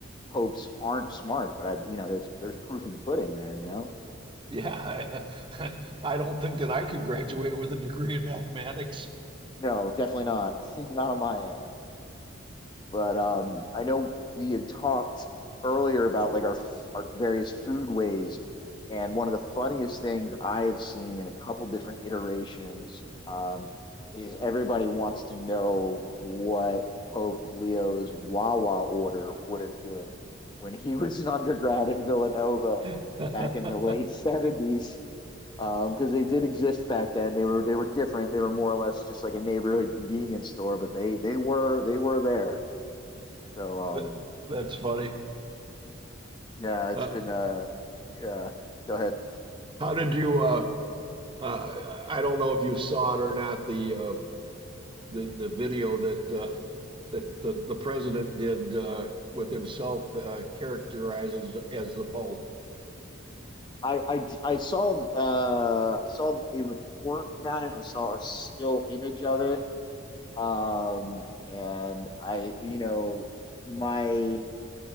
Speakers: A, on the left; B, on the right.
A: hopes aren't smart, but I, you know, there's there's proof in the pudding there. You know,
B: Yeah, I, <laughs> I don't think that I could graduate with a degree in mathematics.
A: no, definitely not, <laughs> not on my end. But um, I know we had talked earlier about like our our various food ways, and one of the funniest things I have seen in a couple different iterations um, is everybody wants to know what Pope Leo's Wawa order would have been when he was an undergrad at Villanova
B: <laughs>
A: back in the late 70s um because they did exist back then they were they were different they were more or less just like a neighborhood convenience store but they they were they were there so um,
B: Th- That's funny.
A: yeah, it's
B: Uh,
A: been uh, yeah. Go ahead.
B: how did you? Uh, uh, I don't know if you saw it or not. The uh, the the video that uh, that the, the president did uh, with himself uh, characterizes as the Pope.
A: I, I, I saw uh I saw a report about it. I saw a still image of it. Um, and I, you know, my